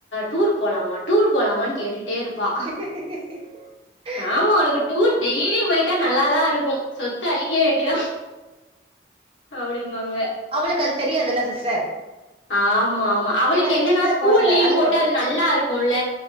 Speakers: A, on the left; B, on the right.
A: டூர் போலாமா டூர் போலாமான் கேட்டுட்டே இருப்பா
B: <inaudible>
A: ஆமா உனக்கு டூர் டெய்லி போய்ட்டா நல்லாதா இருக்கு சொத்து அழிக்க வேண்டியதா அப்டிமாங்க
B: அவளுக்கு அது தெரியாதில்ல சிஸ்டர்
A: ஆமா ஆமா அவளுக்கு
B: ஏன்னா அது
A: என்னன்னா
B: சின்ன
A: ஸ்கூல்
B: கொழந்த
A: லீவ்
B: அதுக்கு
A: போட்டா
B: வந்து
A: அது நல்லா இருக்குல்ல